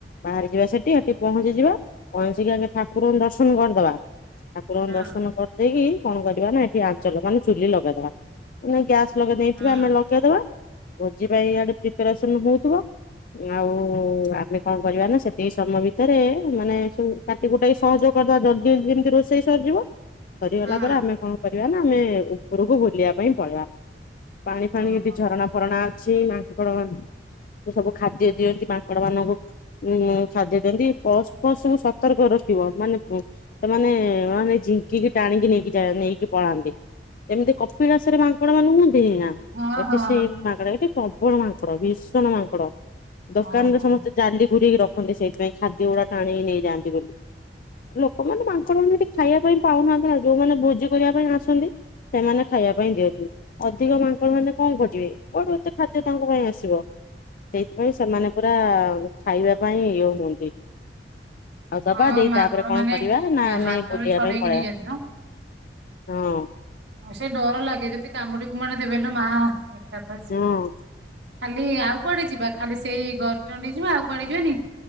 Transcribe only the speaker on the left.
ବାହାରି ଯିବା ସେଠି ସେଠି ପହଞ୍ଚିଯିବା ପହଞ୍ଚି ଆଗେ ଠାକୁରଙ୍କୁ ଦର୍ସ ଦର୍ଶନ କରିଦବା ଠାକୁରଙ୍କଙ୍କୁ
ଦର୍ଶନ କରିଦେଇକି କଣ କରିବା ନା ଏଠି ଆଞ୍ଚଳ ମାନେ ଚୁଲି ଲଗେଇଦବା ମାନେ ଗ୍ୟା ଲଗେଇ ଦେଇେଇଥିବେ
ଆମେ ଲଗେଇଦବା ଭୋଜି ପାଇଁ ଆଡେ ପ୍ରିପାରେସନ ହଉଥିବ ଆଉ ଆମେ କଣ କରିବା ନା ସେତିକି ସମୟ ଭିତରେ ମାନେ କାଟିକୁଟାକ ସହଯୋଗ କରିଦବା ଜଲଦିି ଯେମିତି ରୋଷେଇ ସରିଯିବ। ସରିଗଲା
ପରେ ଆମେ କଣ? ିବା ନା ଆମେ ଉପରକୁ ବୁଲିବା ପାଇଁ ପଳେଇବା। ପାଣି ଫାଣି
ଯଦି ଝରଣା ଅଛି ମାଙ୍କଡ ମାନ ସବୁ ଖାଦ୍ୟ ଦିଅନ୍ତି ମାଙ୍କଡ ମାନଙ୍କୁ ଉ ଖାଦ୍ୟ ଦିଅନ୍ତି ପୁ ପଶୁୁ ସତର୍କ ରଖିବ ମାନେ ସେମାନେ ମାନେ ଝିଙ୍କିକି ଟାଣିକି ନେଇକି ଯ ନେଇକି ପଳାନ୍ତି। ଏମିତି କପିଳାସରେ ଆପଣାନେ ଁ
ଏ
ସେଇ ମାଗଡ଼ ପ୍ରବଳ ମାଙ୍କଡ ଭୀଷଣ ମାଙ୍କଡ ଦୋକାନରେ
ସମସ୍ତେ ଜାଲି ଘୁୁରିକି ରଖନ୍ତି ସେଇଥିପାଇଁ ଖାଦ୍ୟ ଗୁଡା ଟାଣିକି ନେଇଯାଆନ୍ତି ବୋଲି ଲୋକମାନେ ମାଙ୍କଡ଼ ମାନେ ଏଠି ଖାଇବା ପାଇଁ ପାଉନାହାନ୍ତି ଯୋଉମାନେ ଭୋଜି କରିବା ପାଇଁ ଆସନ୍ତି ସେମାନେ ଖାଇବା ପାଇଁ ଦିଅନ୍ତି ଅଧିକ ମାଙ୍କଡ଼ ମାନେ କଣ କର? କୋଠୁତେ ଖାଦ୍ୟ ତାଙ୍କ ପାଇଁ ଆସିବ। ସେଇଥିପାଇଁ ସେମାନେ ପୁରା ଖାଇବା ପାଇଁ ଇଏ ହୁଅନ୍ତି। ଆଉ ଦବା
ଦେଇ
ତାପରେ କଣ
କରିବା ନା
ଆମେ
ବୁଲିବା
ପାଇଁ ପଳେଇବା।
ହଁ।
ହଁ।